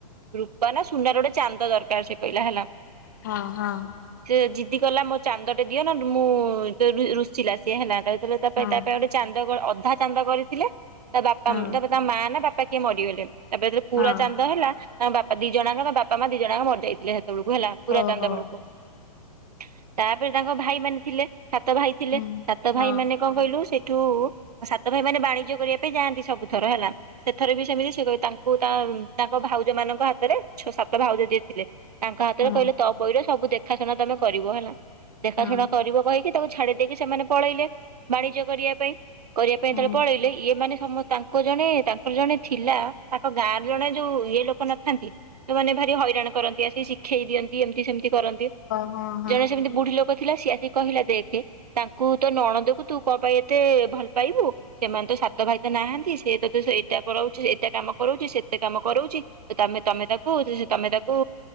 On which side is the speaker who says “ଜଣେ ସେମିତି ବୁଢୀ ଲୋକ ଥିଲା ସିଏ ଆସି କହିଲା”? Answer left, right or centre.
Right